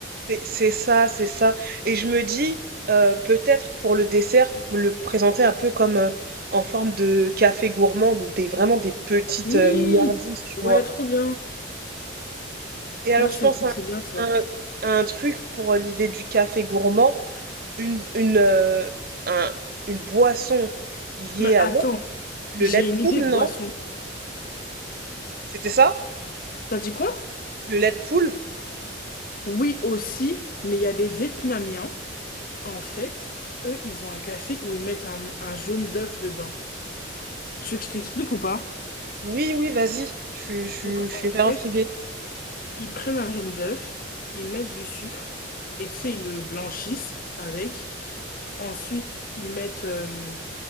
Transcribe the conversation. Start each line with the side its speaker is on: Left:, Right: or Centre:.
Right: C'est c'est ça, c'est ça. Et je me dis, euh, peut-être pour le dessert, le présenter un peu comme euh, en forme de café gourmand, donc des, vraiment des petites
Left: Oui!
Right: euh, milliardises, tu
Left: Ouais,
Right: vois.
Left: trop bien.
Right: Et alors,
Left: Ouais,
Right: je
Left: c'est
Right: pense
Left: vrai,
Right: à
Left: c'est bien ça.
Right: un, un truc pour euh, l'idée du café gourmand, une, une, euh, un- une boisson liée
Left: Mais
Right: à
Left: attends,
Right: l'eau, le
Left: j'ai
Right: lait de
Left: une idée
Right: poule,
Left: de
Right: non?
Left: boisson.
Right: C'était ça?
Left: T'as dit quoi?
Right: Le lait de poule?
Left: Oui, aussi, mais il y a les Vietnamiens, en fait, eux, ils ont un café où ils mettent un, un jaune d'œuf dedans. Tu veux que je t'explique ou pas?
Right: Oui, oui, vas-y. Je, suis- je, suis-
Left: Donc,
Right: je suis
Left: en
Right: hyper
Left: fait,
Right: intriguée.
Left: Ils prennent un jaune d'œuf, ils mettent du sucre, et tu sais, ils le blanchissent avec. Ensuite, ils mettent euh,